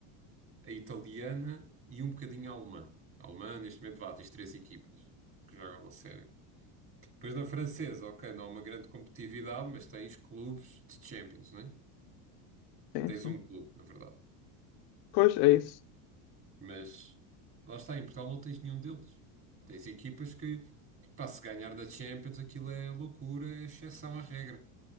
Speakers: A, on the right; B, on the left.
A: a italiana e um bocadinho a alemã. A alemã, neste momento, vá, tens três equipas que jogam a sério. Depois na francesa, ok, não há uma grande competitividade, mas tens clubes de Champions, né?
B: Sim,
A: Tens
B: sim.
A: um clube, na verdade.
B: Pois, é isso.
A: Mas lá está, em Portugal não tens nenhum deles. Tens equipas que, pá, se ganhar da Champions, aquilo é loucura, é exceção à regra.